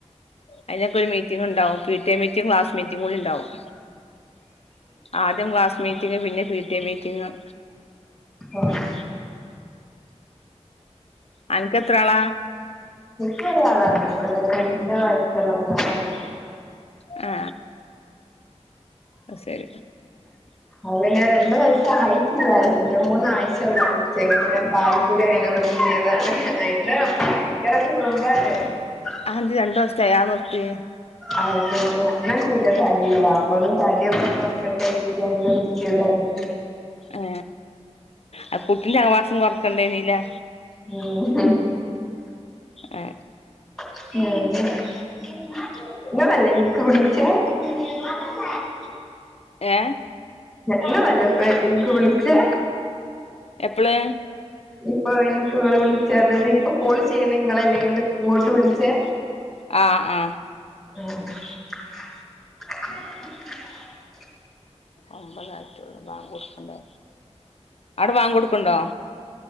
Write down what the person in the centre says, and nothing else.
ആഹ്
എനിക്ക് ഒരാളാണ് ഒരു രണ്ട് വയസ്സുള്ള മോളാണ്
അവന്ന് രണ്ടു വയസ്സ് ആയിട്ടില്ല രണ്ട് മൂന്ന് ആയി <unintelligible> ഞാൻ പാല്ക്കുടി അങ്ങനെ നിർത്തിയതാണ് അയിന്റെ ഭയങ്കര കൂളാ <unintelligible>
അത് ഞാൻ തീരെ തടിയില്ല അപ്പൊന്നും തടിയൊക്കെ ഒന്ന് വെക്കട്ടെന്ന് കരുതി അങ്ങനെ നിർത്തിയതാണ്
<unintelligible>
<unintelligible> ഇങ്ങളല്ലേ ലിക്ക് പിളിച്ച <unintelligible>
ഇങ്ങൾ അല്ലെ ഇപ്പ എനിക്ക് വിളിച്ചേ
ഇപ്പൊ എനിക്ക് നിങ്ങളെ വിളിച്ചേ അതായത് ഇപ്പൊ കോൾ ചെയ്യണേ ഇങ്ങളല്ലേ ഇങ്ങോട്ട് വിളിച്ചേ
<unintelligible>